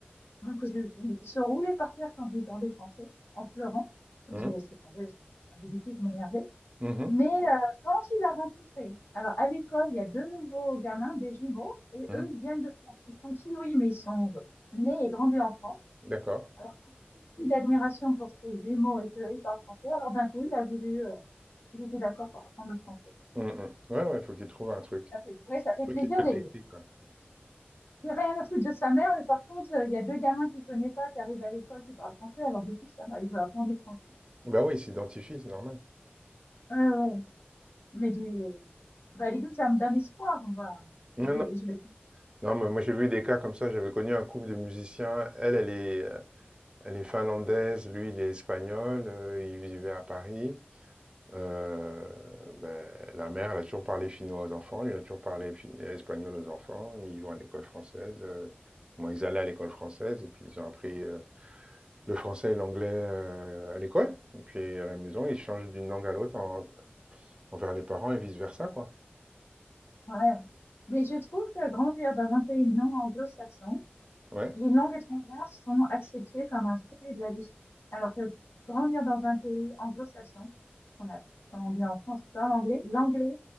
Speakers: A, on the left; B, on the right.
A: Même que je, il il se roulait par terre quand je lui parlais français, en pleurant. Donc
B: mm,
A: j'ai laissé tomber. parce que, ah, mais Du coup, je m'énervais.
B: mhm,
A: Mais euh, quand tu les as rencontrés, alors à l'école, il y a deux nouveaux gamins, des jumeaux, et
B: mhm.
A: eux, ils viennent de France. Ils sont kiwis, mais ils sont nés et grandis en France.
B: D'accord.
A: Alors, plus d'admiration pour ces jumeaux et qu'eux, ils parlent français, alors d'un coup, il a voulu, euh, il était d'accord pour apprendre le français.
B: Mm, mm. Ouais, ouais, il faut qu'ils trouvent un truc.
A: Ça fait, ouais, ça fait
B: Truc
A: plaisir,
B: qui fait
A: les,
B: le déclic,
A: il
B: quoi.
A: n'y a rien à foutre de sa mère, mais par contre, euh, il y a deux gamins qu'il ne connaît pas, qui arrivent à l'école, qui parlent français, alors du coup, ça va, il veut apprendre le français.
B: Bah oui, il s'identifie, c'est normal.
A: Ouais, ouais. Mais du, bah, du coup, ça me donne espoir, on va, je
B: Non,
A: vais,
B: non.
A: je vais.
B: Non, mais moi j'ai vu des cas comme ça. J'avais connu un couple de musiciens. Elle, elle est, euh, elle est finlandaise, lui, il est espagnol. euh, ils vivaient à Paris. Euh, ben, la mère, elle a toujours parlé finnois aux enfants. Lui, il a toujours parlé fi- euh, espagnol aux enfants. Ils vont à l'école française. euh, bon, ils allaient à l'école française et puis ils ont appris euh, le français et l'anglais euh, à l'école. Et puis à la maison, ils changent d'une langue à l'autre en- envers les parents et vice-versa, quoi.
A: Ouais. Mais je trouve que grandir dans un pays non anglo-saxon,
B: Ouais.
A: les langues étrangères sont acceptées comme un fait de la vie. Alors que grandir dans un pays anglo-saxon, parce qu'on a, comme on dit en France, pas l'anglais, l'anglais